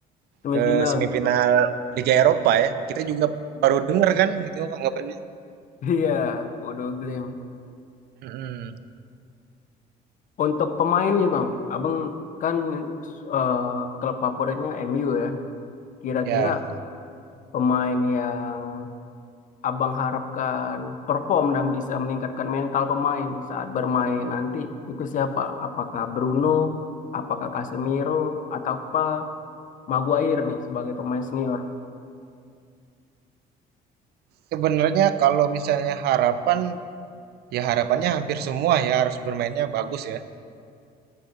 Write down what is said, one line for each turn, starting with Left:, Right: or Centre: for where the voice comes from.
Left: semifinal.
Right: ke semifinal
Left: <laughs>
Right: Liga Eropa ya. Kita juga baru dengar kan gitu anggapannya.
Left: Iya, Bodo Glim.
Right: Mm-mm.
Left: Untuk pemain nih Bang, Abang kan eh, klub favoritnya MU ya. Kira-kira
Right: Ya,
Left: pemain yang Abang harapkan perform dan bisa meningkatkan mental pemain saat bermain nanti itu siapa? Apakah Bruno, apakah Casemiro, atau apa Maguire nih sebagai pemain senior?
Right: sebenarnya kalau misalnya harapan, ya harapannya hampir semua ya harus bermainnya bagus ya.